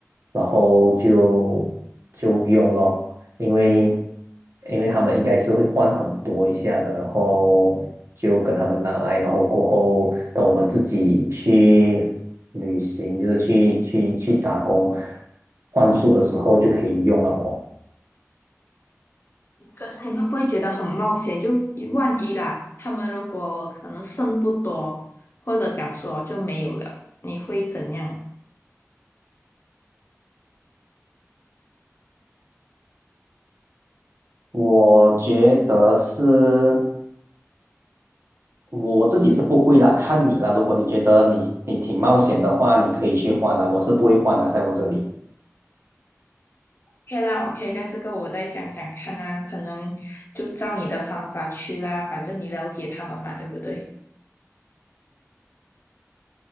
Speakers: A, on the right (about 55°); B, on the left (about 45°).
A: 然后就就用咯。因为因为他们应该是会换很多一下的，然后就跟他们拿来，然后过后等我们自己去旅行，就是去去去打工换宿的时候就可以用了哦。
B: 可是你会不会觉得很冒险？就一万一啦，他们如果可能剩不多，或者讲说就没有了，你会怎样
A: 我觉得是我自己是不会啦，看你啦。如果你觉得你你挺冒险的话，你可以去换啦，我是不会换啦，在我这里。
B: ？OK 啦，OK，这样这个我再想想看啊，可能就照你的方法去啦，反正你了解他们嘛，对不对？